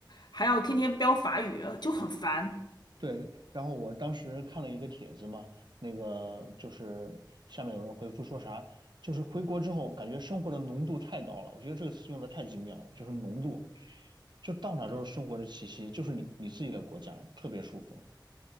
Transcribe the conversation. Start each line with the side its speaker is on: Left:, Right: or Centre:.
Left: 还要天天飙法语，就很烦。
Right: 对，然后我当时看了一个帖子嘛，那个就是下面有人回复说啥，就是回国之后感觉生活的浓度太高了，我觉得这个词用的太精妙了，就是浓度，就到哪都是生活的气息，就是你你自己的国家，特别舒服。